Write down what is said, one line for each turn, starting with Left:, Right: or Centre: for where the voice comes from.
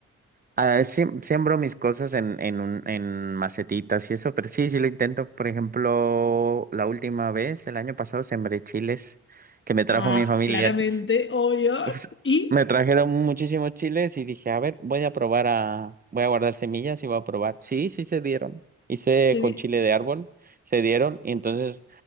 Right: Ah, siem- siembro mis cosas en, en, un, en macetitas y eso, pero sí, sí lo intento. Por ejemplo, la última vez, el año pasado, sembré chiles que me trajo
Left: Ah,
Right: mi familia
Left: claramente, obvio.
Right: pues,
Left: <laughs> Y,
Right: me trajeron muchísimos chiles y dije, a ver, voy a probar a, voy a guardar semillas y voy a probar. Sí, sí se dieron. Hice
Left: se
Right: con
Left: di-
Right: chile de árbol, se dieron y entonces